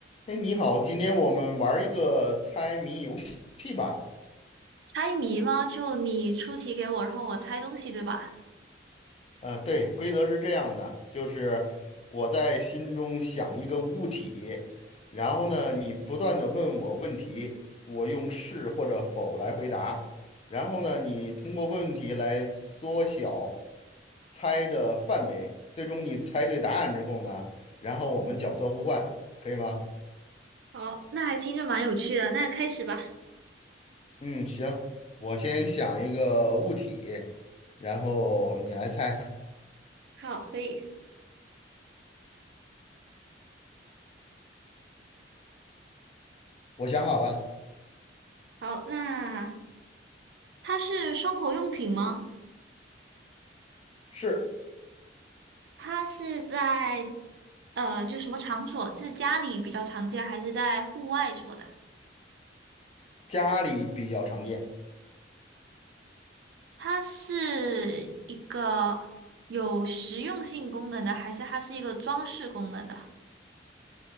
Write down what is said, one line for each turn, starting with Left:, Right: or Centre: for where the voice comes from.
Left: 哎，你好，今天我们玩儿一个猜谜游戏吧。
Right: 猜谜吗？就你出题给我，然后我猜东西，对吧？
Left: 呃，对，规则是这样的，就是我在心中想一个物体，然后呢，你不断的问我问题，我用是或者否来回答，然后呢，你通过问题来缩小猜的范围，最终你猜对答案之后呢，然后我们角色互换，可以吗？
Right: 好，那还听着蛮有趣的，那开始吧。
Left: 嗯，行，我先想一个物体，然后你来猜。
Right: 好，可以。
Left: 我想好了，
Right: 好，那它是生活用品吗？
Left: 是
Right: 它是在呃，就什么场所？是家里比较常见，还是在户外什么的？
Left: 家里比较常见，
Right: 它是一个有实用性功能的，还是它是一个装饰功能的？